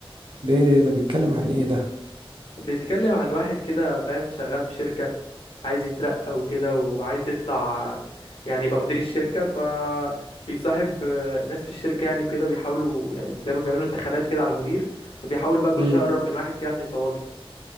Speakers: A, on the right; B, on the left.
A: ده ايه ده إيه ده بيتكلم عن ايه ده
B: بيتكلم عن واحد كده فاهم شغال في شركة عايز يترقى وكده وعايز يطلع يعني يبقى مدير الشركة فبيصاحب آه، الناس في الشركة يعني وكده بيحاولوا يعني زي ما بيعملوا انتخابات كده على المدير فبيحاول بقى كل
A: امم
B: شوية يقرب من واحد كده عشان يصوت له